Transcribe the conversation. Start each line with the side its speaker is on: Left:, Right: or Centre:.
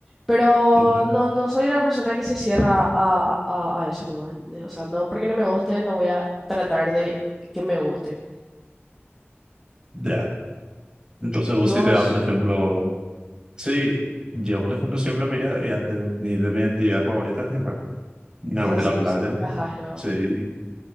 Centre: pero
Right: Ujú.
Centre: no, no soy una persona que se cierra a, a, a eso nomás. ¿entendés? O sea, no, porque no me guste, no voy a tratar de que me guste.
Right: Ya. Entonces vos
Centre: Y vos,
Right: si te vas, por ejemplo... Sí, yo por ejemplo siempre me iría de viaje. Mi- de mis actividades favoritas es viajar. Me
Centre: o
Right: voy
Centre: sea,
Right: a
Centre: si,
Right: la playa.
Centre: si no viajas luego.
Right: Sí,